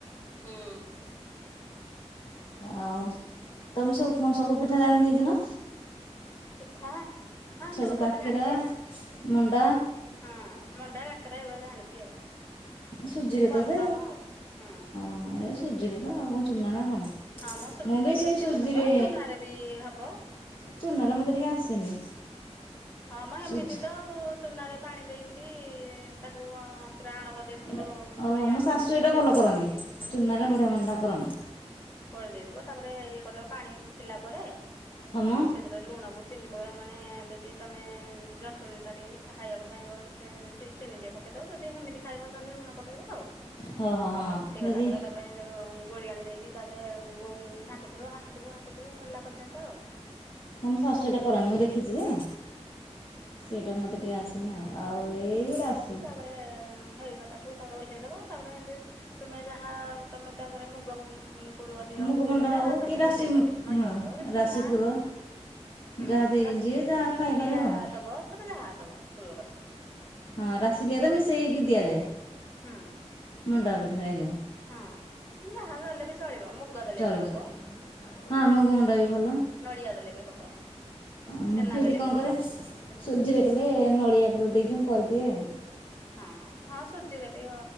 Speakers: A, on the left (about 25°); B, on the left (about 50°).
A: ହୁଁ।
B: ଆଉ ତମେ ସବୁ କଣ ସବୁ ପିଠା ଜାଣି ଦେଇଚ ନା?
A: ପିଠା ହଁ ଏମ୍ତି
B: ସବୁ
A: ଗୋଟେ-ଗୋଟେ
B: କାକେରା
A: ଜାଣିଚି ଆଉ।
B: ମଣ୍ଡା
A: ହଁ ମଣ୍ଡା କାକେରା ଏଗୁରା ଜାଣିଚି ଆଉ,
B: ସୁଜିରେ ତ
A: କମ୍-କମ୍
B: ଏବେ
A: ଆଉ ହୁଁ।
B: ହଁ ଏ ସୁଜିରେ ତ ଆଉ କଣ ଚୁନା ନା କଣ?
A: ହଁ ମ ସୁଜିରେ-ସୁଜିରେ
B: ମୁଁ ବି ସେଇ ସୁଜିରେ
A: ହବ, ଚୁନାରେ ବି ହବ।
B: ଚୁନାରେ ମତେ ଟିକେ ଆସେନି।
A: ହଁ ମ ଏମିତି
B: ସୁଜି
A: ତ ଆଉ ଚୁନାରେ ପାଣି ଦେଇକରି ତାକୁ ପୁରା ଆଣ କରିଦେଇଥିବ
B: ଏଇଟା ଓହୋ
A: ଗୁଳିଆଣି
B: ମୋ ଶାଶୁ ଏଇଟା
A: କରିଦେଇଥିବ
B: ଭଲ କରନ୍ତି ଚୁନାରେ
A: ହୁଁ।
B: ବଢ଼ିଆ ମଣ୍ଡା କରନ୍ତି
A: କରିଦେଇଥିବ ତାପରେ ଇଏ କରିବ ପାଣି ଫୁଟିଲା ପରେ
B: ହଁ ମ
A: ସେଥିରେ ଲୁଣକୁ ଚିନି ପକେଇବା ମାନେ ଯଦି ତୁମେ ଯନ୍ତୁଣୀଟା ଟିକେ ମିଠା ଖାଇବାକୁ ଚାହିଁବ ଦି ହେଦିରେ ଚି ଚିନି ଟିକେ ପକେଇଦବ ଯଦି ହେମିଦି ଖାଇବ ତାହେଲେ ଲୁଣ ପକ କେଇବ ଆଉ
B: ହଁ ହଁ ହଁ
A: ତାତି
B: ଯଦି
A: ଗଲା ପରେ ତାପରେ ହେନ୍ ଡୁ ଗୋଳି ଆଣି ଦେଇକି ତାପରେ ଗୋ ଘାଣ୍ଟୁଥିବ ଘାଣ୍ଟୁଥିବ ଘାଣ୍ଟୁଥିବ ହେଲା ପର୍ଯ୍ୟନ୍ତ ଆଉ। <inaudible>
B: ହଁ ମୋ ଶାଶୁ ହେଟା କରନ୍ତି ମୁଁ ଦେଖିଛି ଯେ
A: ହୁଁ
B: ସେଇଟା ମୋତେ ଟିକେ ଆସେ ନି ଆଉ ଆଉ ଏଇ ଗୁଡା ଆସିଚି।
A: ଏ ହେଇଗଲାଠୁ ତାପରେ ଓହ୍ଲେଇଦବ ତାପରେ ଇଁଦି ତୁମେ ଯାହା ତମେ ତାପରେ ମୁଗ ଉ କୁଡୁଅ ଦିଅ
B: ମୁଗମଣ୍ଡା
A: ପୁର ଯାହା
B: ହଉ
A: ତମେ
B: କି ରାଶି
A: ଦେଇପାରିବ ନଡିଆ
B: ହଁ
A: ପୁର କି ଛେନା।
B: ରାଶି ପୁର
A: ହୁଁ
B: ଯାହା ଦେଇ
A: ରାଶି
B: ଯିଏ ଯାହା
A: କି
B: ଖାଇପାରିବ
A: ଲିଆ
B: ଆଉ
A: ଦବ ତମ ଯାହା ଦବ ପୂର କରିକି।
B: ହଁ ରାଶିି ଲିଆରେ ମିଶେଇକି ଦିଆଯାଏ।
A: ହୁଁ।
B: ମୁଣ୍ଡା ପିଠା ହେଇଯାଉ।
A: ହଁ ଯାହା ଦେଲେ ବି ଚଳିବ ମୁଗ ଦେଲେ
B: ଚଳିବ
A: ବି ହବ। ହୁଁ
B: ହଁ ମୁଗମଣ୍ଡା ବି ଭଲ
A: ନଡିଆ ଦେଲେ ବି ହବ।
B: ମୁଁ
A: ଛେନା
B: ହେଇଠି
A: ଦେଲେ
B: କଣ
A: ବି ହବ
B: କରେ ସୁଜିରେ କଲେ ନଡ଼ିଆ ପୁର ଦେଇକି ମୁଁ କରିଦିଏ ଆଉ।
A: ହଁ ହଁ ସୁଜି ଦେବି